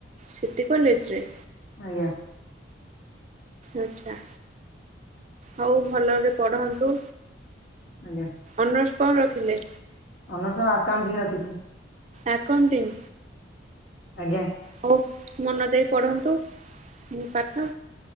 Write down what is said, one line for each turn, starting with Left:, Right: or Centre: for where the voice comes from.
Right: ସିଟି କଲେଜ ରେ?
Left: ଆଜ୍ଞା।
Right: ଆଛା ହଉ ଭଲରେ ପଢନ୍ତୁ।
Left: ଆଜ୍ଞା।
Right: ଅନର୍ସ କଣ ରଖିଲେ?
Left: ଅନର୍ସ ଆକାଉଣ୍ଟିଂ ରଖିଚି।
Right: ଆକାଉଣ୍ଟିଂ?
Left: ଆଜ୍ଞା।
Right: ହଉ ମନ ଦେଇ ପଢନ୍ତୁ ପାଠ।